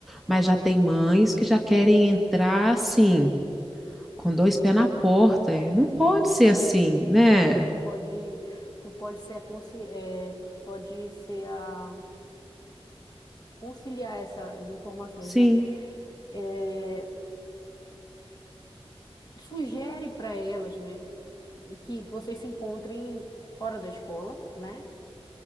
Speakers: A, on the left; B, in the centre.
A: Aham.
B: Mas já tem mães que já querem entrar assim, com dois pés na porta,
A: É,
B: e não pode
A: não,
B: ser
A: eu
B: assim,
A: acho que nesse
B: né?
A: caso tu pode, tu pode ser a consci, é, tu pode ser a conciliar essas informações,
B: Sim,
A: né? É, sugere para elas, né, que, que vocês se encontrem fora da escola, né,